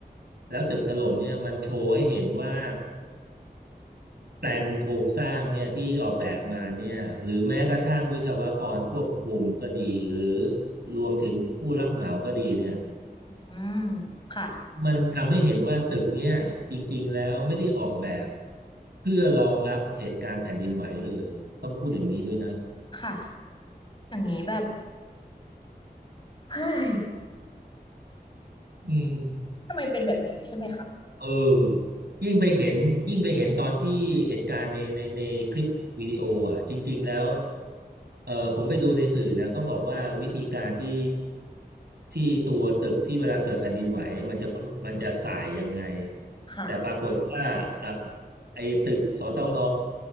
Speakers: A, on the right; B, on the left.
A: แล้วตึกถล่มเนี่ยมันโชว์ให้เห็นว่า แปลนโครงสร้างเนี่ยที่ออกแบบมาเนี่ยหรือแม้กระทั่งวิศวกรควบคุมก็ดีหรือรวมถึงผู้รับเหมาก็ดีเนี่ย
B: อืมค่ะ
A: มันทำให้เห็นว่าตึกเนี่ยจริงๆแล้วไม่ได้ออกแบบเพื่อรองรับเหตุการณ์แผ่นดินไหวเลยต้องพูดอย่างนี้ด้วยนะ
B: ค่ะอย่างนี้แบบเฮ้ย
A: อืม
B: <laughs> ทำไมเป็นแบบนี้ใช่ไหมคะ
A: เออยิ่งไปเห็นยิ่งไปเห็นตอนที่เหตุการณ์ในในในคลิปวิดีโออ่ะจริงๆแล้วเออผมไปดูในสื่อนะเขาบอกว่าวิธีการที่ที่ตัวตึกที่เวลาเกิดแผ่นดินไหวมันจะมันจะส่ายยังไง
B: ค่ะ
A: แต่ปรากฏว่ากับไอ้ตึกสตง